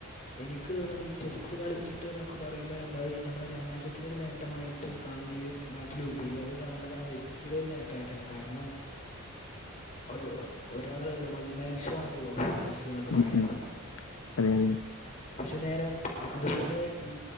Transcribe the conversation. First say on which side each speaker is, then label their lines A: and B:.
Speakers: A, on the left (about 35°); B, on the left (about 70°).
A: എനിക്ക് തോന്നുണ് ഈ ചെസ്സ് കളിച്ചിട്ട് എന്നൊക്കെ പറയുമ്പോ നമ്മൾ നമ്മുളെ രാജ്യത്തിനൊരു നേട്ടം. നേട്ടമായിട്ട് കാണുന്ന നാട്ടിലുപരി അത് കാണുന്നത് ആ വ്യക്തിയുടെ ഒരു നേട്ടായിട്ടാണ് കാരണം! ഒരു ഒരാളല്ലേ വൺമാൻഷോ ആണല്ലോ. ചെസ്സ് എന്നൊക്കെ
B: ഉം
A: പറയുമ്പോൾ
B: ഉം അതെ അതെ.
A: പക്ഷെ നേരം അതുപോലെ ഈ.